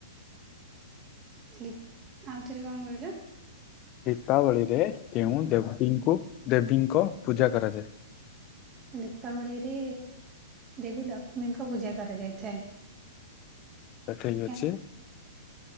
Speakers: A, on the right; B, on the left.
A: ଦୀ ଆଉଥରେ କଣ କହିଲ?
B: ଦୀପାବଳିରେ କେଉଁ ଦେବୀଙ୍କୁ ଦେବୀଙ୍କ ପୂଜା କରାଯାଏ?
A: ଦୀପାବଳିରେ ଦେବୀ ଲକ୍ଷ୍ମୀଙ୍କ ପୂଜା କରାଯାଇଥାଏ।
B: ଠିକ୍
A: ଏହା
B: ଅଛି।